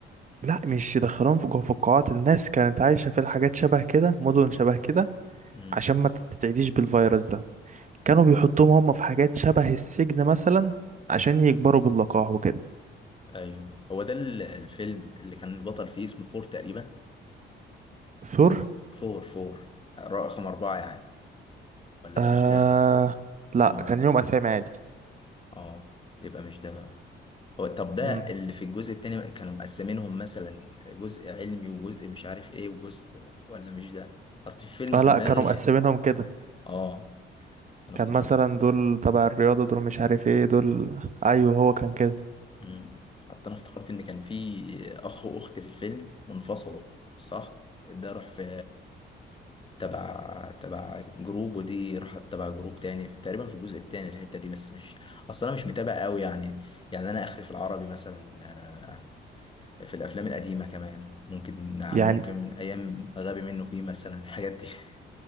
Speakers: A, on the right; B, on the left.
A: لا مش يدخلوهم في جوه في القاعات الناس كانت عايشة في الحاجات شبه كده مدن شبه كده
B: امم
A: عشان ما تتعديش بالفيروس ده كانوا بيحطوهم
B: آه.
A: هم في حاجات شبه السجن مثلا عشان يكبروا باللقاح وكده
B: ايوه هو ده ال- الفيلم اللي كان البطل فيه اسمه فور تقريبا
A: ثور
B: فور فور رقم أربعة يعني ولا
A: آه
B: ده مش ده
A: لا
B: امم
A: كان ليهم اسامي عادي
B: اه يبقى مش ده بقى هو طب ده
A: مم.
B: اللي في الجزء التاني كانوا مقسمينهم مثلا جزء علمي وجزء مش عارف ايه وجزء ولا مش ده اصل في فيلم
A: اه
B: في
A: لا
B: دماغي
A: كانوا مقسمينهم
B: <laughs>
A: كده
B: اه انا
A: كان
B: افتكرته
A: مثلا دول تبع الرياضة دول مش عارف ايه دول ايوه هو كان كده
B: امم حتى انا افتكرت ان كان في اخ واخت في الفيلم منفصلوا صح ده راح في تبع تبع جروب ودي راحت تبع جروب تاني في تقريبا في الجزء التاني الحتة دي بس مش اصل انا مش متابع قوي يعني يعني انا اخري في العربي مثلا آه، في الافلام القديمه كمان ممكن يعني
A: يعني
B: ممكن من ايام غبي منه فيه مثلا الحاجات دي <laughs>